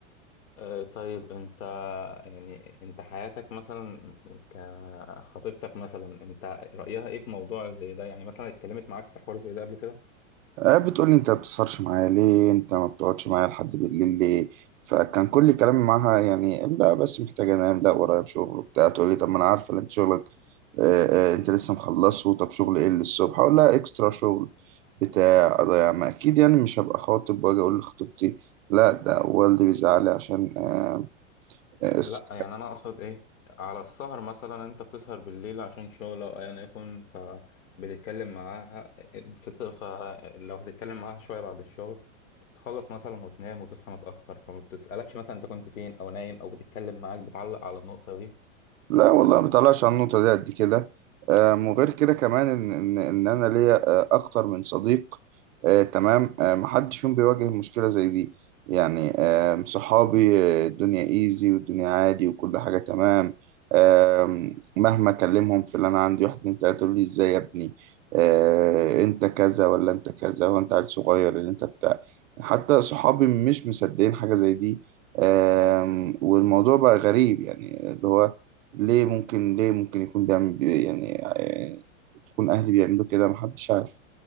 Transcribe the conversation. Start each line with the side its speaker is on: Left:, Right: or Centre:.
Left: اه طيب انت يعني انت حياتك مثلا كخطيبتك مثلا انت رأيها ايه في موضوع زي ده يعني مثلا اتكلمت معاك في حوار زي ده قبل كده
Right: آه، بتقولي انت ما بتسهرش معايا ليه انت ما بتقعدش معايا لحد بالليل ليه فكان كل كلامي معاها يعني لا بس محتاجة انام لا ورايا شغل وبتاع تقولي طب ما انا عارفة ان انت شغلك آه، آه، انت لسه مخلصه طب شغل ايه اللي الصبح اقول لها اكسترا شغل بتاع اضيع ما اكيد يعني مش هبقى خاطب واجي اقول لخطيبتي لا ده والدي بيزعلي عشان آه، آه، الصحة
Left: لا يعني انا اقصد ايه على السهر مثلا انت بتسهر بالليل عشان شغل او ايا يكن فبتتكلم معاها بت- فلو هتتكلم معاها شويه بعد الشغل تخلص مثلا وتنام وتصحى متاخر فما بتسالكش مثلا انت كنت فين او نايم او بتتكلم معاك بتعلق على النقطه
Right: لا والله ما بطلعش على النقطة دي قد كده آم، وغير كده كمان إن إن إن أنا ليا آه، أكتر من صديق آه، تمام آه، محدش فيهم بيواجه مشكلة زي دي يعني آم، صحابي آه، الدنيا إيزي والدنيا عادي وكل حاجة تمام آم، مهما أكلمهم في اللي أنا عندي واحد اتنين تلاتة يقول لي إزاي يا ابني آه، أنت كذا ولا أنت كذا وأنت عيل صغير اللي أنت بتاع حتى صحابي مش مصدقين حاجة زي دي آم، والموضوع بقى غريب يعني اللي هو ليه ممكن ليه ممكن يكون بيعمل بي- يعني يعني تكون أهلي بيعملوا كده محدش عارف